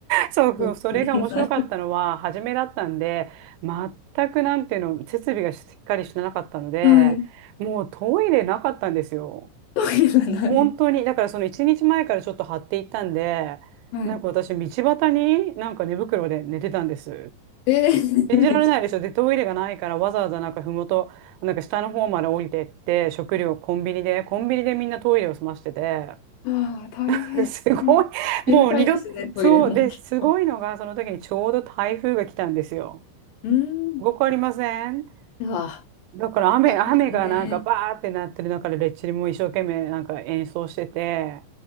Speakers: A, on the right (about 85°); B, on the left (about 80°).
A: そう、
B: 復帰がない。
A: それが面白かったのは、初めだったんで、全くなんていうの、設備がしっかりしてなかったので、
B: はい。
A: もうトイレなかったんですよ。
B: 時がない。
A: 本当に、だからその一日前からちょっと張っていったんで、
B: はい。
A: なんか私、道端になんか寝袋で寝てたんです。
B: えー、
A: 信じられないでしょ。で、トイレがないからわざわざなんかふもと、なんか下の方まで降りてって、食料コンビニで、コンビニでみんなトイレを済ましてて、
B: <laughs> ああ、大変。
A: <laughs> すごい、もう二度、
B: 渋滞ですね、
A: そうで、
B: トイレもきっと。
A: すごいのが、その時にちょうど台風が来たんですよ。
B: うん。
A: すごくありません
B: うわ、
A: だから雨、
B: 大変ですね。
A: 雨がなんかバーってなってる中で、レッチリも一生懸命なんか演奏してて、